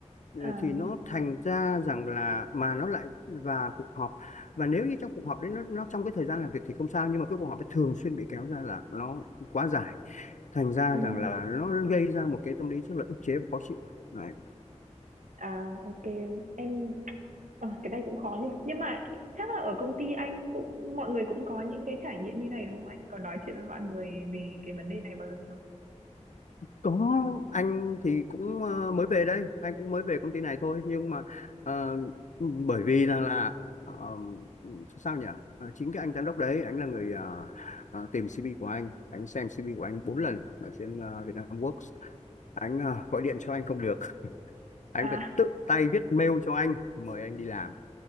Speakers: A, on the left; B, on the right.
A: Ờ,
B: à
A: thì nó thành ra rằng là mà nó lại và cuộc họp và nếu như trong cuộc họp đấy nó, nó trong cái thời gian làm việc thì không sao nhưng mà cái cuộc họp ấy thường xuyên bị kéo ra là nó quá dài thành ra
B: ừ
A: rằng là nó gây ra một cái tâm lý rất là ức chế và khó chịu đấy.
B: à ok em ờ, cái này cũng khó nhỉ nhưng mà chắc là ở công ty anh cũng mọi người cũng có những cái trải nghiệm như này đúng không anh có nói chuyện với mọi người về cái vấn đề này bao giờ chưa
A: có anh thì cũng ờ, mới về đây anh cũng mới về công ty này thôi nhưng mà ờ, bởi vì rằng là ờ, sao nhỉ Ờ, chính cái anh giám đốc đấy anh là người ờ, ờ, tìm CV của anh anh xem CV của anh bốn lần ở trên ờ, Vietnamworks anh à, gọi điện cho anh không được anh
B: à
A: phải tự tay viết mail cho anh mời anh đi làm